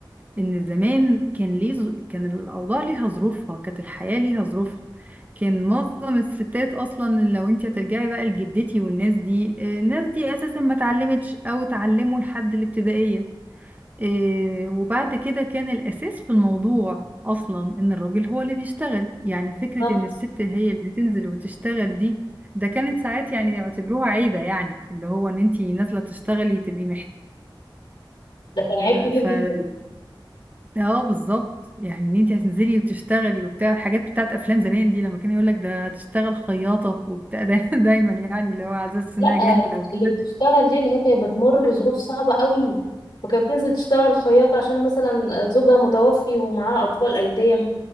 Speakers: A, on the right (about 20°); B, on the left (about 70°).
A: ان زمان كان ليه ظ- كان الاوضاع ليها ظروفها كانت الحياه ليها ظروفها كان معظم الستات اصلا لو انت هترجعي بقى لجدتي والناس دي آه، الناس دي اساسا ما اتعلمتش او اتعلموا لحد الابتدائيه آه، وبعد كده كان الاساس في الموضوع اصلا ان الراجل هو اللي بيشتغل يعني فكره
B: بالظبط
A: ان الست هي اللي تنزل وتشتغل دي ده كانت ساعات يعني يعتبروها عيبه يعني اللي هو ان انت نازله تشتغلي تبقي
B: ده كان عيب كبير
A: محتاجه
B: جدا
A: اه بالظبط يعني ان انت هتنزلي وتشتغلي وبتاع الحاجات بتاعت افلام زمان دي لما كان يقول لك ده تشتغل خياطه وبتاع ده <laughs> دايما يعني اللي هو على اساس
B: لا
A: انها جاهله وكده
B: اللي بتشتغل دي اللي هي كانت بتمر بظروف صعبة قوي وكانت بتنزل تشتغل خياطة عشان مثلا زوجها متوفي ومعاه أطفال أيتام